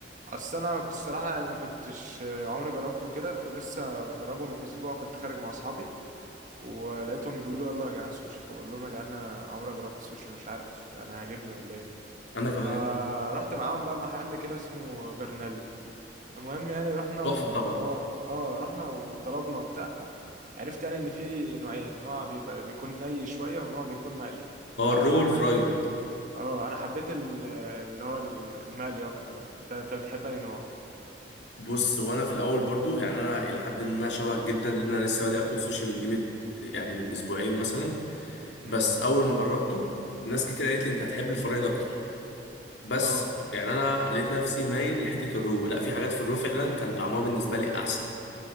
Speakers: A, on the right; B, on the left.
A: اصل انا كنت الصراحه يعني ما كنتش آه، عمري جربته كده ولسه مجربه من اسبوع كنت خارج مع اصحابي ولقيتهم بيقولوا يلا يا جدعان سوشي فبقول لهم يا جدعان انا عمري ما جربت سوشي مش عارف انا هيعجبني ولا ايه
B: انا كمان
A: فرحت معاهم بقى محل كده اسمه جرنال المهم يعني رحنا
B: تحفه
A: وهو
B: طبعا
A: اه رحنا وطلبنا وبتاع عرفت يعني ان في نوعين نوع بيبقى بيكون ني شويه ونوع بيكون مقلي
B: هو
A: فانا
B: الرول فرايد
A: اه انا حبيت ال- اللي هو المقلي اكتر يعني انت انت بتحب انهي نوع
B: بص وانا في الاول برضو يعني انا الى حد ما شبهك جدا لان انا لسه بادئ اكل سوشي من قيمه يعني من اسبوعين مثلا
A: امم
B: بس اول ما جربته ناس كتير قالت لي انت هتحب الفرايد اكتر بس
A: اه
B: يعني انا لقيت نفسي مايل لحته الرو لا في حاجات في الرو فعلا كان طعمها بالنسبه لي احسن